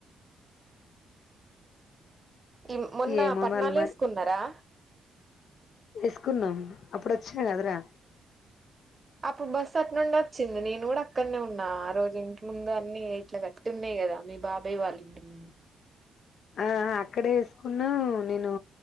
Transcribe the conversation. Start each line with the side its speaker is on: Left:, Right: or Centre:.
Right: ఈ మొన్న
Left: ఏమో
Right: పట్నాలు
Left: వాళ్ళు
Right: ఎసుకున్నారా
Left: వఎసుకున్నాం అప్పుడు వచ్చిన కదరా
Right: అప్పుడు బస్సు అటు నుండి వచ్చింది నేను కూడా అక్కడనే ఉన్నా ఆ రోజు ఇంటి ముందు అన్ని ఇట్లా గట్టి ఉన్నాయి కదా మీ బాబాయ్ వాళ్ళు ఇంటి ముందు
Left: ఆ అక్కడే ఎసుకున్నా నేను